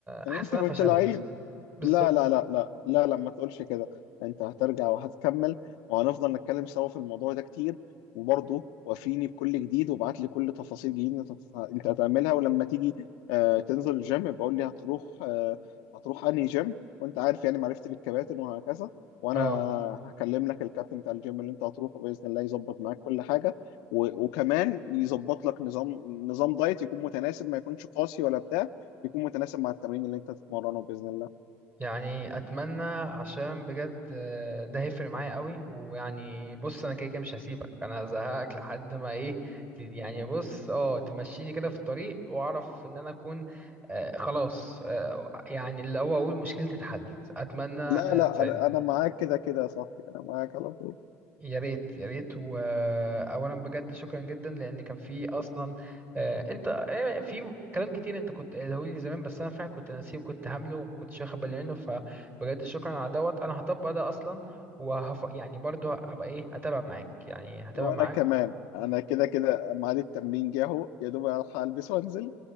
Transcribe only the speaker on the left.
وانت
كنت
لعيب
لا لا لا لا لا لا ما تقولش كده انت هترجع وهتكمل وهنفضل نتكلم سوا في الموضوع ده كتير وبرضه وافيني بكل جديد وابعت لي كل تفاصيل جديدة انت انت هتعملها ولما تيجي آه، تنزل الجيم بقول لي هتروح آه، هتروح انهي جيم وانت عارف يعني معرفتي بالكباتن وهكذا وانا
هكلم لك الكابتن بتاع الجيم اللي انت هتروحه باذن الله يظبط معاك كل حاجه و- وكمان يظبط لك نظام نظام دايت يكون متناسب ما يكونش قاسي ولا بتاع يكون متناسب مع التمرين اللي انت تتمرنه باذن الله
لا لا
انا انا معاك كده كده يا صاحبي انا معاك على طول
وانا
كمان انا كده كده ميعاد التمرين جه اهو يا دوب الحق البس وانزل